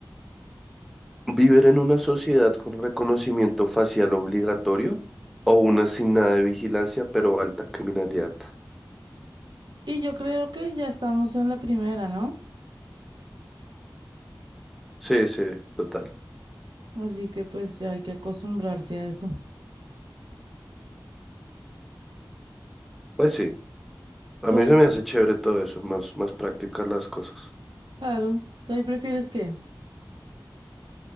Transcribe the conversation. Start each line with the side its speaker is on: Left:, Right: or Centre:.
Centre: ¿Vivir en una sociedad con reconocimiento facial obligatorio o una sin nada de vigilancia pero alta criminalidad?
Right: Y yo creo que ya estamos en la primera, ¿no?
Centre: Sí, sí, total.
Right: Así que pues ya hay que acostumbrarse a eso.
Centre: Pues sí, a
Right: ¿Tú
Centre: mí
Right: ahí,
Centre: se me hace chévere todo eso, más, más prácticas las cosas.
Right: claro, tú ahí prefieres qué?